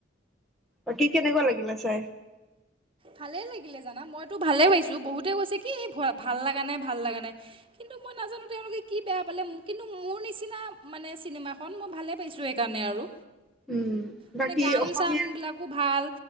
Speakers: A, in the centre; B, on the right.
A: বাকী কেনেকুৱা লাগিলে চাই
B: ভালে লাগিলে জানা মইতো ভালে পাইছো বহুতে কৈছে কি ভাল লগা নাই ভাল লগা নাই কিন্তু মই নাজানো তেওঁলোকে কি বেয়া পালে কিন্তু মোৰ নিচিনা মানে চিনেমাখন মই ভালে পাইছো সেই কাৰণে আৰু
A: উম,
B: মানে
A: বাকী
B: গান
A: অসমীয়া
B: চান বিলাকো ভাল।